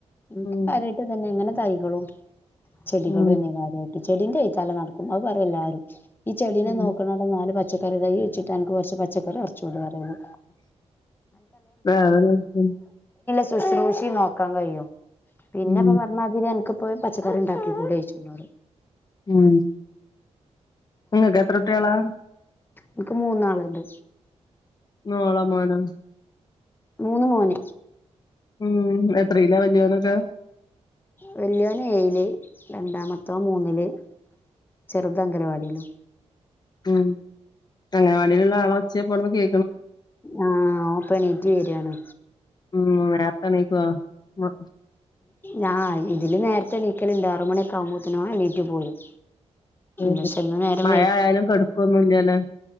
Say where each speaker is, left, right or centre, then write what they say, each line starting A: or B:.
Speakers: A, on the left; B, on the left.
A: നിക്ക്
B: ഉം
A: കാര്യായിട്ട് തന്നെ ഇങ്ങനെ തൈകളും ചെളികളുംന്നെ
B: ഉം
A: കാര്യായിട്ട് ചെടീന്റെ ചലനടക്കും അത് പറേംല്ലാരും <inaudible> ഈ ചെടീനെ
B: ഉം
A: നോക്കണ ട നാല് പച്ചക്കറി തയ് കുഴിച്ചിട്ടാ അനക്ക് കൊറച്ച് പച്ചക്കറി പറച്ചുടെ റി ഓള്
B: വ
A: ശുശ്രൂഷിം നോക്കാൻ കഴിയും പിന്നെപ്പൊ
B: ഉം
A: പറഞ്ഞാതിരിം അനക് പോയി പച്ചക്കറി ഉണ്ടാക്കിക്കൂടെ ചോയ്ച്ചും ന്നോട്
B: ആഹ നിങ്ങക്ക് എത്ര കുട്യാള
A: ഇൻക് മൂന്നാളണ്ട്
B: മോളോ മോനോ
A: മൂന്ന് മോൻ
B: ഉം എത്രയ്‌ലാവലിയോരൊക്കെ
A: വെല്യോൻ ഏയില് രണ്ടാമതോൻ മൂന്നില് ചെറുതംഗലവാടിയിലും
B: ഉം അങ്ങനവാടിയിലുള്ള ആളെ ഒച്ചേ പോട്ന്ന് കേ
A: ആഹ ഓ പണീറ്റ് വരാണ്
B: ഉം നേരത്തെ എണീക്കുവോ മ-
A: ഞാ ആ ഇതില് നേരത്തെണീ ഓണീ ക ലിണ്ട് അറ മണിയൊക്കെകുമ്പോത്തേന ഓ നീറ്റ് പോരും
B: ഉ
A: പക്ഷെ ഇന്ന് നേരം
B: മഴയാലും കെടുക്കൊന്നുംല്ലല്ലോ